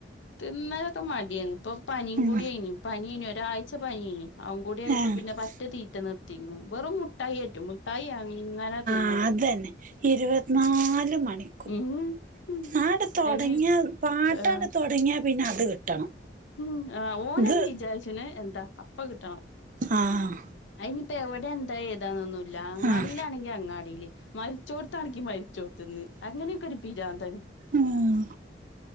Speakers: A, on the left; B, on the right.
A: തിന്നാലൊക്കെ മടിയാണ് ഇപ്പൊ പനിയും
B: ഉം
A: കൂടിയേനി പനി യേനി ഒരാഴ്ച പനിയേനി അതും കൂടി ആയപ്പൊ
B: ഏഹ്
A: പിന്നെ പറ്റ തീറ്റ നിർത്തി ക്ക്ണ് വെറും മുട്ടായി ആറ്റും മുട്ടായി അങ്ങനെ തിന്നോളും
B: അ തന്നെ ഇരുപത്തിനാല് മണി
A: ഉം ഉം
B: ആണ്ട് തൊടങ്ങിയ
A: അയിന്
B: പാട്ടാണ്ട്
A: ആഹ്
B: തൊടങ്ങിയാ പിന്നെ അത് കിട്ടണം
A: ഉം ആ ഓനന്ന്
B: ഇത്
A: വിചാരിച്ചന് എന്താ അപ്പ കിട്ടണം
B: ആഹ്
A: അയിനിയിപ്പ എവിടെ എന്താ ഏതാന്നൊന്നുല്ല അങ്ങാടിയിലാണെങ്കി
B: ആഹ്
A: അങ്ങാടിയില് മരിച്ചോടുത്താണെങ്കി മരിച്ചോടുത്തന്ന് അങ്ങനെയൊക്കെ ഒരു പിരാന്താണ്
B: ഉം